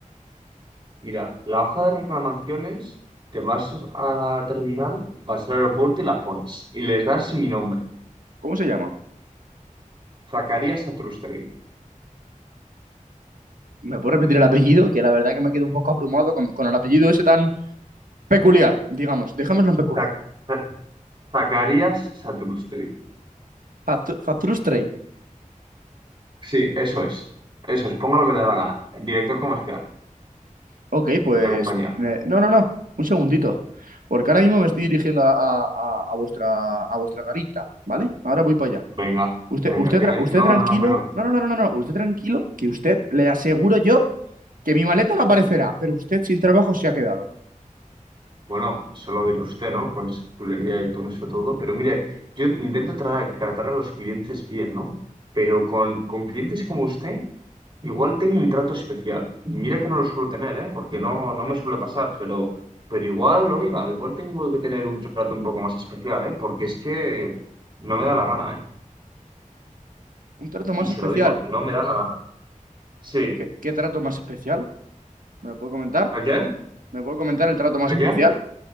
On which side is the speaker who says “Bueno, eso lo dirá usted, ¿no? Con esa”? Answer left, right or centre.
Right